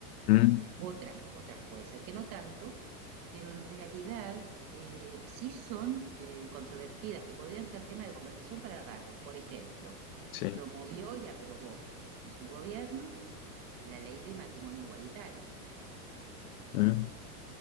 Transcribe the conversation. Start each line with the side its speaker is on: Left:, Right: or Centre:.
Left: mm,
Right: otras, otras puede ser que no tanto, pero en realidad eh, sí son eh, controvertidas, que podrían ser tema de conversación para rato. Por ejemplo,
Left: sí,
Right: promovió y aprobó en su gobierno la ley de matrimonio igualitario,
Left: mm,